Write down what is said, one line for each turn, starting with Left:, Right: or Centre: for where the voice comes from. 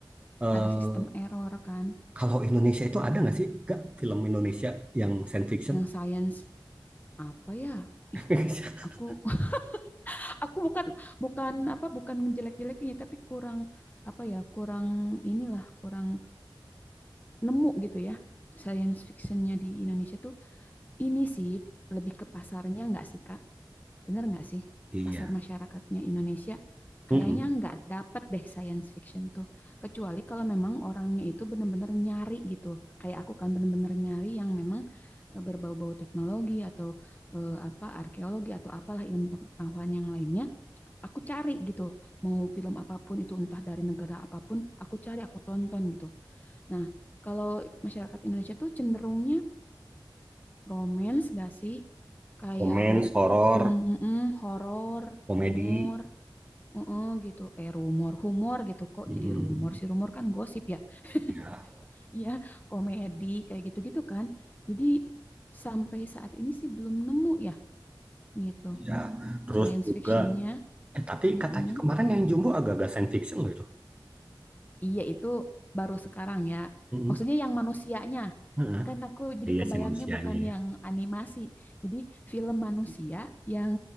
Right: eh,
Left: Ada sistem error kan.
Right: kalau Indonesia itu ada nggak sih, nggak film Indonesia yang science fiction?
Left: yang science apa ya? Ih,
Right: <laughs>
Left: aku <laughs> aku bukan bukan apa bukan ngejelek-jelekinnya tapi kurang apa ya? Kurang inilah, kurang nemu gitu ya. Science fictionnya di Indonesia tuh ini sih lebih ke pasarnya nggak sih, Kak? Bener nggak sih?
Right: Iya.
Left: Pasar masyarakatnya Indonesia kayaknya
Right: Mm-mm.
Left: nggak dapat deh science fiction tuh. Kecuali kalau memang orangnya itu bener-bener nyari gitu. Kayak aku kan bener-bener nyari yang memang eh, berbau-bau teknologi atau eh, apa arkeologi atau apalah ilmu pengetahuan yang lainnya. Aku cari gitu. Mau film apapun itu entah dari negara apapun, aku cari, aku tonton gitu. Nah, kalau masyarakat Indonesia tuh cenderungnya romance gak sih? Kayak
Right: Romance,
Left: ho
Right: horor,
Left: hum mm, horor,
Right: komedi.
Left: rumor, uh gitu. Eh rumor, humor gitu. Kok
Right: Mm.
Left: jadi rumor sih? Rumor kan gosip ya. <laughs>
Right: Iya,
Left: Iya, komedi kayak gitu-gitu kan. Jadi sampai saat ini sih belum nemu ya gitu.
Right: iya. Terus
Left: Science
Right: juga,
Left: fictionnya,
Right: eh tapi
Left: mm
Right: katanya kemarin yang Jumbo agak-agak science fiction loh itu.
Left: Iya itu baru sekarang ya.
Right: Mm-mm.
Left: Maksudnya yang manusianya,
Right: Heeh.
Left: kan aku jadi
Right: Iya
Left: kebayangnya
Right: sih manusianya
Left: bukan
Right: ya.
Left: yang animasi. Jadi film manusia yang